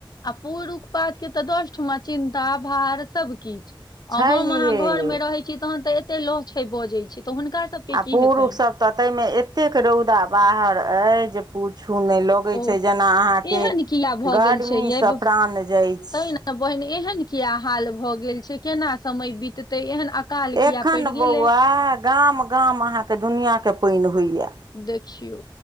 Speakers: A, on the left (about 50°); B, on the right (about 55°).
A: आ पूरुख पातके त दस ठमा चिन्ता भार सब किछ
B: छैहे
A: आ हम अहाँ घरमे रहै छी तहन त एते लहछै बजै छी त हुनका सबके
B: आ
A: की
B: पुरुख
A: हेतनि
B: सभ त तयमे एतेक रौदा बाहर अइ जे पुछु नै लगै
A: ओ
B: छैय जेना अहाँके
A: एहन किया भऽ
B: गर्मीसँ
A: गेल छै यै
B: प्राण जाय छैय।
A: तै बहिन एहन किया हाल भऽ गेल छैय केना समय बीततै एहन अकाल किया
B: एखन
A: पड़ि
B: बौआ
A: गेलै
B: गाम-गाम अहाँके दुनियाँके पइन होइए।
A: देखियौ